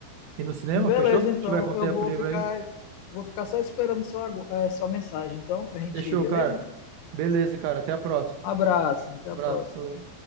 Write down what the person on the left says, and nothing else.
Beleza,
então
eu vou
ficar
vou ficar só esperando sua, agu- eh, sua mensagem então pra gente
ir, beleza?
Abraço, até
a próxima.